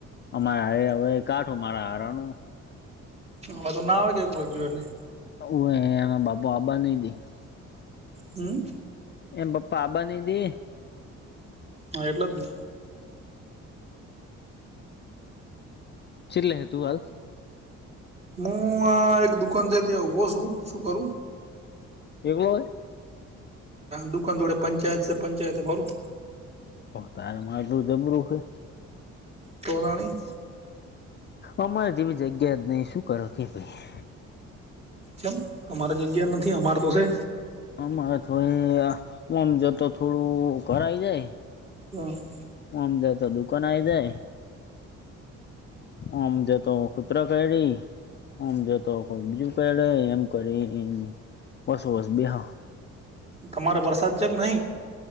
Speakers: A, on the left; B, on the right.
A: અમારા <unintelligible> હવે કાઠો મારા હારાનું
B: હવે તો ના આવે કોઈ ગયો એટલે
A: ઉવે એનો બાપ આબા નઈ દે
B: હમ.
A: એમ પપ્પા આબા ની દે
B: હા એટલે જ ને
A: ચીરલે હેતું આલ
B: મુ આ એક દુકાન છે, ત્યાં ઊભો છું શું કરું
A: એકલો હે
B: દુકાન થોડે પંચાયત સે પંચાયત ભરું
A: ઓ તાર મારું જબરું કે
B: તોરાણી
A: અમારે જેવી જગ્યા જ નહી શું કરો કે ભાઈ
B: જેમ તમારી જગ્યા નથી અમારે તો છે.
A: અમારે તો એ મમજ તો થોડું ઘરાઈ જાય
B: <inaudible>
A: ઓમ જાયો તો દુકાન આય જાય આમ જોતો કૂતરો કરદી આમ જોતો કો બીજું કડે એમ કરીને બસ વસ બેહ
B: તમારે વરસાદ છે, કે નહીં?